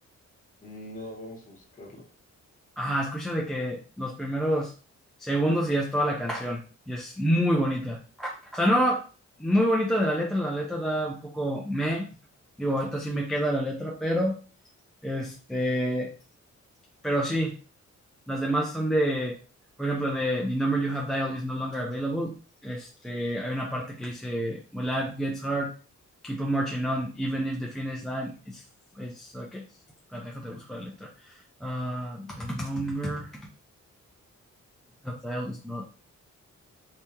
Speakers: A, on the left (about 25°); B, in the centre.
A: Mm, No, vamos a buscarla.
B: Ajá, escucha de que los primeros segundos y ya es toda la canción. Y es muy bonita. O sea, no, muy bonita de la letra. La letra da un poco me. Digo, ahorita sí me queda la letra, pero este, pero sí, las demás son de, por ejemplo, de The number you have dialed is no longer available. Este, hay una parte que dice, When life gets hard, keep on marching on, even if the finish line is, is, uh, ¿qué? Espérate, déjate, busco la letra. Ah, the number. Rafael is not